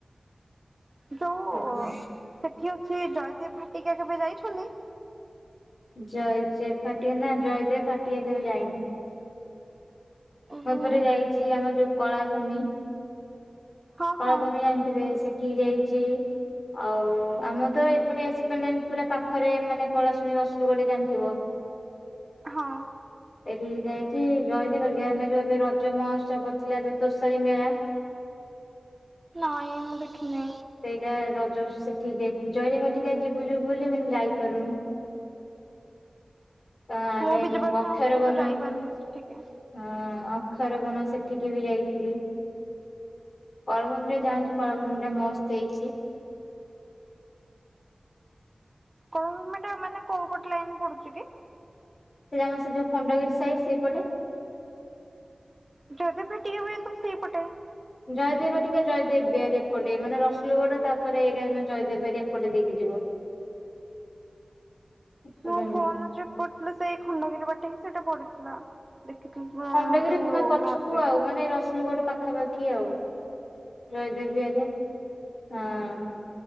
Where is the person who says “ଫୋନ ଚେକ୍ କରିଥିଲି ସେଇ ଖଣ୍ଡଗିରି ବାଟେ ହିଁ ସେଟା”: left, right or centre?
Right